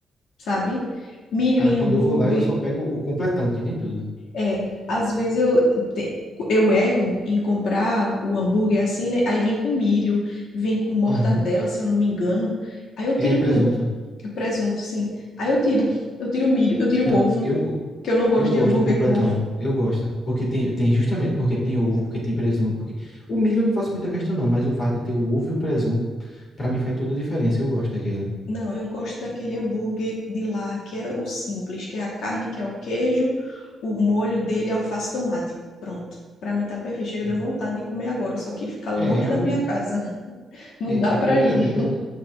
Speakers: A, on the left (about 70°); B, on the left (about 40°).
A: sabe? Milho
B: Ah,
A: e
B: quando
A: hambúrguer.
B: eu vou lá, eu só pego o completão, que tem tudo.
A: É, às vezes eu, te- eu erro em comprar o hambúrguer assim, né? Aí vem com milho, vem com mortadela,
B: Uhum.
A: se eu não me engano. Aí eu tiro
B: É presunto.
A: tudo, presunto, sim. Aí eu tiro, eu tiro o milho, eu tiro
B: Não,
A: o ovo,
B: eu,
A: que eu não gosto
B: eu gosto
A: de hambúrguer
B: do completão.
A: com ovo.
B: Eu gosto. Porque tem, tem justamente porque tem ovo, porque tem presunto, porque... O milho eu não faço muita questão, não, mas o fato de ter o ovo e o presunto, pra mim faz toda a diferença. Eu gosto daquele.
A: Não, eu gosto daquele hambúrguer de lá, que é o simples, que é a carne, que é o queijo, o molho dele é alface e tomate. Pronto. Pra mim tá perfeito. Chega,
B: Hum.
A: deu vontade de comer agora, só que fica longe
B: É, realmente.
A: da minha casa. <laughs> Não
B: é, é,
A: dá pra
B: eu também,
A: ir.
B: pelo,